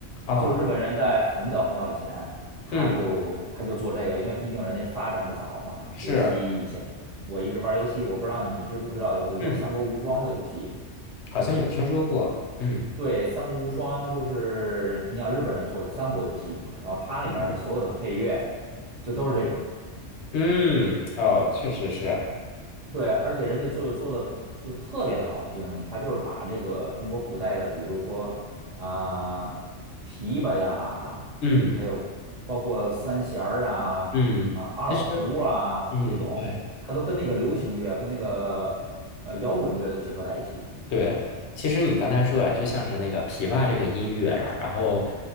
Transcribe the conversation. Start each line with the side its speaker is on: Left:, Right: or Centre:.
Left: 哦，
Right: 就是日本人在很早很早以前，他就他就做这个因为毕竟人家发展的早嘛。
Left: 嗯，是，
Right: 尤其以前我一直玩游戏，我不知道你知不知道有个叫《三国无双》的游戏。
Left: 嗯，好像有听说过，嗯
Right: 对，《三国无双》就是你想日本人做的三国游戏嘛，然后它里面的所有的配乐
Left: 嗯
Right: 就都是这种。
Left: 嗯，哦，确实是，
Right: 对，而且人家就是做的就特别的好听，他就是把这个中国古代的，比如说啊、琵琶呀，
Left: 嗯
Right: 还有包括三弦儿啊、
Left: 嗯，
Right: 啊二胡啊这种，
Left: 其实，嗯，对。
Right: 他都跟那个流行乐和那个呃摇滚乐都结合在一起。
Left: 对，其实你刚才说啊，就像是那个琵琶这个音乐啊，然后